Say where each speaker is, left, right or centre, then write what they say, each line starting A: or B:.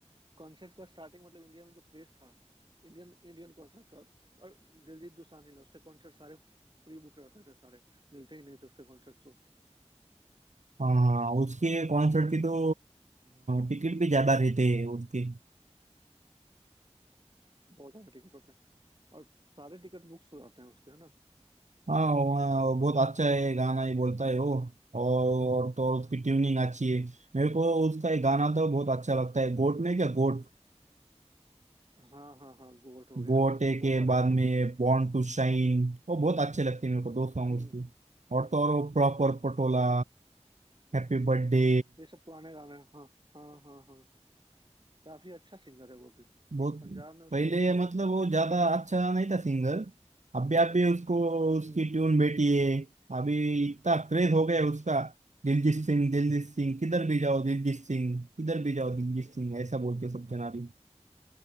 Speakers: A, on the right; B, on the right.
A: कॉन्सर्ट का स्टार्टिंग मतलब इंडिया में जो क्रेज था इंडियन इंडियन कॉन्सर्ट का और दिलजीत दोसांझ ने उसके कॉन्सर्ट सारे प्री बुक रहते थे सारे मिलते ही नहीं थे उसके कॉन्सर्ट तो
B: हाँ उसके कॉन्सर्ट की तो टिकट भी ज्यादा रहते हैं उसके
A: बहुत ज्यादा टिकट होते हैं और सारे टिकट बुक्स हो जाते हैं उसके है ना
B: हाँ वो, अ, बहुत अच्छा है गाना ही बोलता है वो और तो और उसकी ट्यूनिंग अच्छी है मेरे को उसका एक गाना तो बहुत अच्छा लगता है गोट नहीं क्या गोट
A: हाँ हाँ हाँ गोट हो गया
B: गोटे
A: उसके बहुत
B: के
A: सारे
B: बाद
A: गाने
B: में
A: हैं
B: बॉर्न टू शाइन वो बहुत अच्छे लगते हैं मेरे को दो सॉन्ग
A: हम्म
B: उसके और तो और वो प्रॉपर पटोला
A: हम्म
B: हैप्पी बर्थडे
A: ये सब पुराने गाने हैं हाँ हाँ हाँ हाँ काफी अच्छा सिंगर है वो भी
B: बहुत
A: पंजाब में उसका
B: पहले
A: बहुत तगड़ा
B: मतलब
A: क्रेज
B: वो
A: है
B: ज्यादा अच्छा नहीं था सिंगर अभी अभी उसको
A: हम्म
B: उसकी ट्यून बेटी है अभी इतना क्रेज हो गया है उसका दिलजीत सिंह दिलजीत सिंह किधर भी जाओ दिलजीत सिंह किधर भी जाओ दिलजीत सिंह ऐसा
A: हम्म
B: बोल के सब जना रही